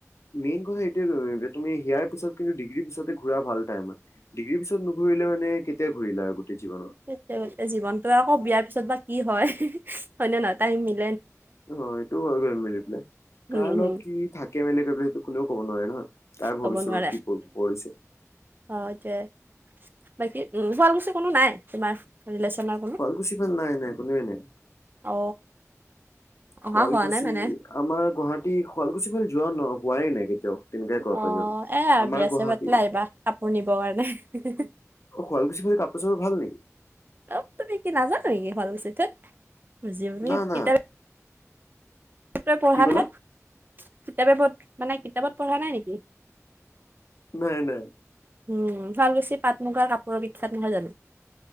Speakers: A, on the left; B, on the right.
A: মেইন কথা এইটোৱে যে তুমি হিয়াৰ পিছত কিন্তু ডিগ্ৰীৰ পিছতে ঘুৰা ভাল টাইমৰ। ডিগ্ৰীৰ পিছত নুঘৰিলে মানে কেতিয়া ঘূৰিলা আৰু গোটেই জীৱনত?
B: এতিয়া জীৱনতো আকৌ বিয়াৰ পিছত বা কি হয়, হয় নে নহয় টাইম মি।
A: অ সটো হয় মেলি পেলাই কাৰ
B: উম,
A: লগত
B: হম।
A: কি। থাকে মেনে কৰি পেলাই সেইটো কোনেও ক'ব নোৱাৰে নহয় কাৰ ভৱিষ্যত
B: ক'ব নোৱাৰে
A: কি পৰিছে।
B: অ এতিয়া বাকী উ শুৱালকুছি কোনো নাই তোমাৰ। ৰিলেচনাৰ কোনো
A: শুৱালকুছি ফালে নাই নাই কোনোৱে নাই।
B: অ
A: শুৱালকুছি
B: অহা হোৱা নাই মানে।
A: আমাৰ গুৱাহাটী শুৱালকুছি ফালে যোৱা ন হোৱাই নাই কেতিয়াও। তেনেকাই ক'ব
B: অ
A: পাৰি।
B: এয়া
A: আমাৰ
B: বিয়া
A: গুৱাহাটী
B: চ পাতিল আহিবা কাপোৰ নিবৰ কাৰণে?
A: অ শুৱালকুছি ফালে কাপোৰ চাপোৰ ভাল নেকি?
B: অ তুমি কি নাজানো নেকি শুৱালকুছিত তেইত বুজিবনি
A: না না
B: কিতাপে পত্ৰই পঢ়া
A: কি ক'লা?
B: নাই কিতাপে পত্ মানে কিতাপত পঢ়া নাই নেকি?
A: নাই নাই
B: উম শুৱালকুছি পাট মুগাৰ কাপোৰৰ বিখ্যাত নহয় জানো?